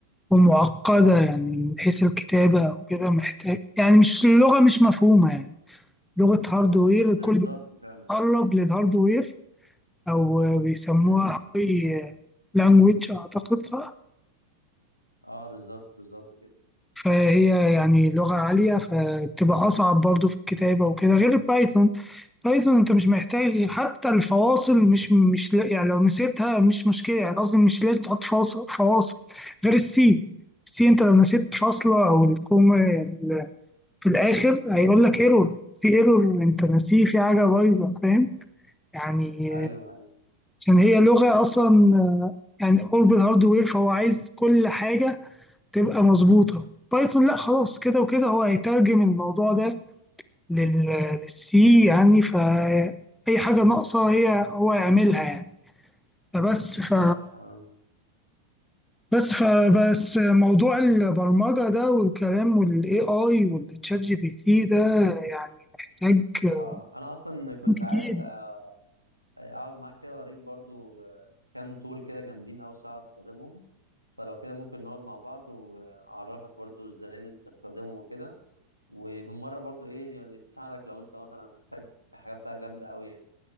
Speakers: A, in the centre; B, on the left.
A: ومعقده يعني من حيث الكتابه وكده محتاج يعني مش اللغه مش مفهومه يعني لغه هاردوير
B: بالظبط
A: الكل
B: فعلا
A: بيتقرب للهاردوير او بيسموها
B: امم
A: هاي لانجويج اعتقد صح
B: اه بالظبط بالظبط كده
A: فهي يعني لغة عالية فتبقى أصعب برضو في الكتابة وكده غير البايثون بايثون أنت مش محتاج حتى الفواصل مش مش لا- يعني لو نسيتها مش مشكلة يعني قصدي مش لازم تحط فاصل فواصل غير السي السي أنت لو نسيت فاصلة أو الكومة ال- في الآخر هيقول لك ايرور في ايرور أنت ناسيه في حاجة بايظة فاهم يعني
B: ايوه ايوه
A: عشان هي لغة أصلا يعني قرب الهاردوير فهو عايز كل حاجة تبقى مظبوطة بايثون لا خلاص كده وكده هو هيترجم الموضوع ده لل- للسي يعني فأي حاجة ناقصة هي هو يعملها يعني فبس ف
B: صح آه.
A: بس فبس موضوع البرمجة ده والكلام والاي اي والتشات جي بي تي ده يعني محتاج كلام
B: آه. انا اصلا كنت
A: كتير
B: عايز آه، اقعد معاك كده اوريك برضو آه، كام تول كده جامدين اوي ساعه استخدمهم فلو كده ممكن نقعد مع بعض واعرفك برضو ازاي إن بستخدمهم وكده وبالمره برضو ايه يعني تساعدك لو انت مثلا محتاج حاجات بقى جامده اوي يعني